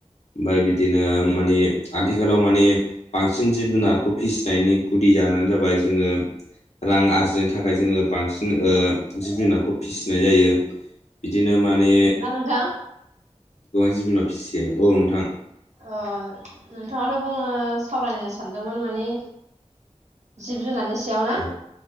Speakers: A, on the left; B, on the right.
A: ओमफ्राय बिदिनो माने आथिखालाव माने बांसिन जिब जुनारखौ फिसिनायनि जानो जाबाय जोङो रां आरजिनो थाखाय जोङो बांसिन ओ
B: औ
A: जिब जुनारखौ फिसिनाय जायो बिदिनो माने
B: बिदिब्ला नोंथां
A: गोबां जिब जुनार फिसियो औ नोंथां
B: अ नोंथाङाथ' बुङो सावरायनो सानदोंमोन माने जिब जुनारनि सायावनो
A: औ